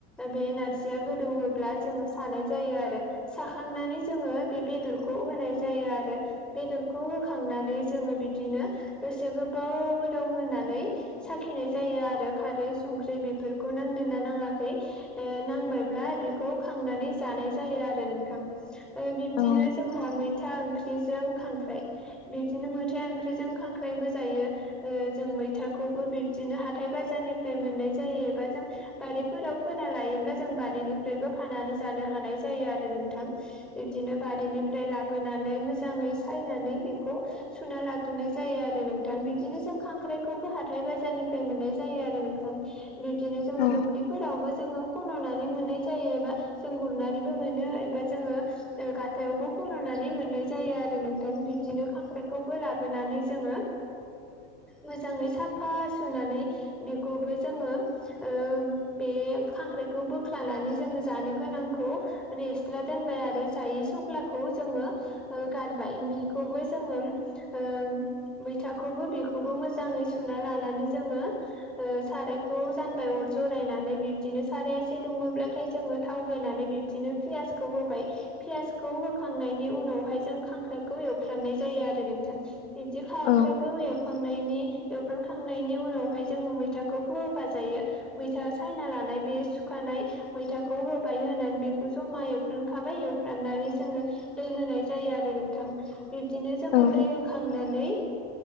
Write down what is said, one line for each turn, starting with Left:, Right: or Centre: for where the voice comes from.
Centre: बे नारजिया गोदौओब्ला जोङो सानाय जायो आरो। साखांनानै जोङो बे बेदरखौ होनाय जायो आरो। बेदरखौ होखांनानै जोङो बिदिनो दसे गोबाव गोदाव होनानै साखिनाय जायो आरो खारै संख्रै बेफोरखौ नांदोंना नाङा खै ओ नांबायब्ला बेखौ खांनानै जानाय जायो आरो नोंथां। ओ बिब्दिनो
Left: औ
Centre: जोंहा मैथा ओंख्रिजों खांख्राइ बिब्दिनो मैथा ओंख्रिजों खांख्राइबो जायो। ओ जों मैथाखौबो बिब्दिनो हाथाइ बाजारनिफ्राय मोननाय जायो एबा जों बारिफोराव फोना लायोब्ला जों बारिनिफ्रायबो खानानै जानो हानाय जायो आरो नोंथां। बिब्दिनो बारिनिफ्राय लाबोनानै मोजाङै सायनानै बेखौ सुना लाग्रोनाय जायो आरो नोंथां बि दिनो जों खांख्राइखौबो हाथाइ बाजारनिफ्राय मोननाय जायो आरो नोंथां। बिब्दिनो जोङो
Left: औ
Centre: दुब्लिफोरावबो जोङो खन'नानै मोननाय जायो एबा जों गुरनानैबो मोनो एबा जोङो ओ गातायावबो खन'नानै मोननाय जायो आरो नोंथां। बिब्दिनो खांख्राइखौबो लाबोनानै जोङो मोजाङै साफा सुनानै बेखौबो जोङो ओ बे खांख्राइखौ बोख्लानानै जोङो जानो गोनांखौ ओरै एक्सट्रा दोनबाय आरो जायै सख्लाखौ जोङो ओ गारबाय बिखौबो जोङो ओ मैथा खौबो बेखौबो मोजाङै सुना लानानै जोङो ओ सारायखौ जानबाय अर जरायनानै बिब्दिनो साराया एसे दुङोब्लाथाय जोङो थाव होनानै बि दिनो पियासखौ होबाय पियासखौ होखांनायनि उनावहाय जों खांख्राइखौ एव फ्रामनाय जायो आरो नोंथां बिब्दि खांख्राइ
Left: औ
Centre: खौ एवखांनायनि एवफ्रामखांनायनि उनावहाय जोङो मैथाखौ फो-होफाजायो। मैथा सायना लानाय बे सुखानाय मैथाखौ होबाय होनानै बेखौ जमा एवफ्रानखाबाय एवफ्राननानै जोङो दै होनाय जायो आरो नोंथां। बिब्दिनो जोङो
Left: औ
Centre: दै होखांनानै